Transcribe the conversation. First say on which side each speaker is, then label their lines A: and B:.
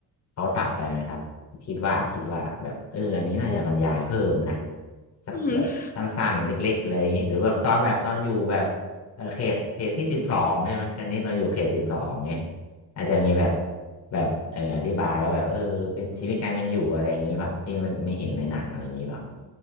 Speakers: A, on the left; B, on the left.
A: เขาตัดไปไหมครับคิดว่าคิดว่าแบบเอออันนี้น่าจะบรรยายเพิ่มนะ
B: โอ้ <laughs> โห
A: สักแบบสั้นๆเล็กๆอะไรอย่างนี้หรือแบบตอนแบบตอนอยู่แบบ
B: อืม
A: เออเขตเขตที่สิบสองใช่ไหมตอนนี้เราอยู่เขตสิบสองเนี้ยอาจจะมีแบบแบบเอออธิบายว่าแบบเออเป็นชีวิตการเป็นอยู่อะไรอย่างนี้แบบที่ไม่ไม่เห็นในหนังอะไรอย่างนี้แบบ